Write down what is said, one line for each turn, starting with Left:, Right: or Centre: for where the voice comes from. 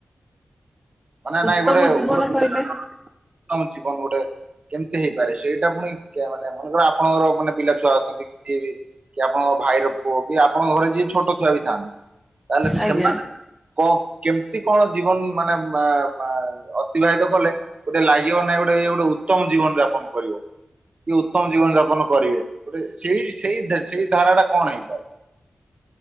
Right: ମାନେ
Centre: ଉତ୍ତମ
Right: ନାଇଁ ଗୋଟେ
Centre: ଜୀବନ
Right: ଗୋଟେ ଉଦାହରଣ।
Centre: କହିଲେ
Right: <unintelligible> ଜୀବନ ଗୋଟେ କେମିତି ହେଇପାରେ ସେଇଟା ପୁଣି ଖିଆ ମାନେ ମନେକର ଆ ପଣଙ୍କର ମାନେ ପିଲା ଛୁଆ ଅଛନ୍ତି। କି କି ଆପଣଙ୍କ ଭାଇର ପୁଅ କି ଆପଣଙ୍କ ଘରେ ଯିଏ ଛୋଟ ଛୁଆ ବି ଥାନ୍ତି। ତାହେଲେ ସେମାନେ
Centre: ଆଜ୍ଞା
Right: କ କେମିତି କଣ ଜୀବନ ମାନେ ମେ ମେ ଅତିବାହିତ କଲେ ଗୋଟେ ଲାଗିବ ନାଇଁ ଏଇ ଗୋଟେ ଉତ୍ତମ ଜୀବନ ଯାପନ କରିବ। କି ଉତ୍ତମ ଜୀବନ ଯାପନ କରିବେ ଗୋଟେ ସେଇ ସେଇ ଦା ସେଇ ଧାରା ଟା କଣ ହେଇପାରେ?